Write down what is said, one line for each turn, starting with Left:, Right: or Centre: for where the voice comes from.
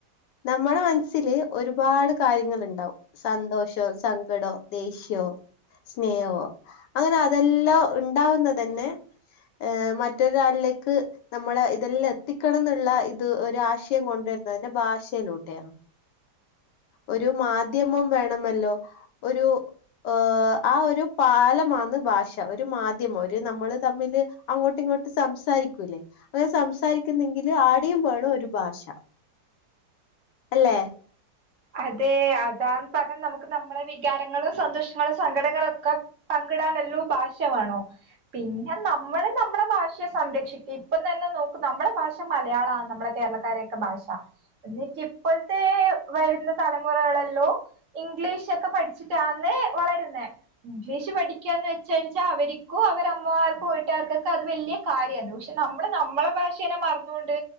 Left: നമ്മടെ മനസ്സില് ഒരുപാട് കാര്യങ്ങള്ണ്ടാവും സന്തോഷോം, സങ്കടോം, ദേഷ്യോം സ്നേഹോം അങ്ങനെ അതെല്ലാം ണ്ടാവുന്നതന്നെ ഏഹ് മറ്റൊരാളിലേക്ക് നമ്മളെ ഇതെല്ലാം എത്തിക്കണം ന്നുള്ള ഇത് ഒരു ആശയം കൊണ്ടുവരുന്നതിന്റെ ഭാഷയിലൂടെയാണ്
Right: <inaudible>
Left: ഒരു മാധ്യമം വേണമല്ലോ ഒരു ആഹ് ഒരു പാലമാന്ന് ഭാഷ ഒരു ഒരു മാധ്യമം ഒരു നമ്മള് തമ്മില് അങ്ങോട്ട് ഇങ്ങോട്ട് സംസാരിക്കൂല്ലേ അങ്ങനെ സംസാരിക്കുന്നെങ്കില് ആടേം വേണം ഒരു ഭാഷ അല്ലെ
Right: അതെ അതാന്ന് പറഞ്ഞാൽ നമുക്ക് നമ്മളെ വികാരങ്ങള സന്തോഷങ്ങളോ സങ്കടങ്ങളൊക്കെ പങ്കിടാൻ എല്ലോ ഭാഷ വേണം പിന്നെ നമ്മള് നമ്മുടെ ഭാഷയെ സംരക്ഷിക്കും ഇപ്പം തന്നെ നോക്കും നമ്മളെ ഭാഷ മലയാളണ് നമ്മളെ കേരളക്കാരൊക്കെ ഭാഷ എന്നിട്ട് ഇപ്പോഴത്തെ വരുന്ന തലമുറകളല്ലോ ഇംഗ്ലീഷ് ക്കെ പഠിച്ചിട്ടാന്ന് വളരുന്നേ ഇംഗ്ലീഷ് പഠിക്കാന്ന് വെച്ചാരിച്ചാ അവർക്കും അവരമ്മമാർക്കും വീട്ടുകർക്കൊക്കെ അത് വല്യ കാര്യന്ന് പക്ഷെ നമ്മൾ നമ്മളെ ഭാഷേനെ മറന്നുകൊണ്ട്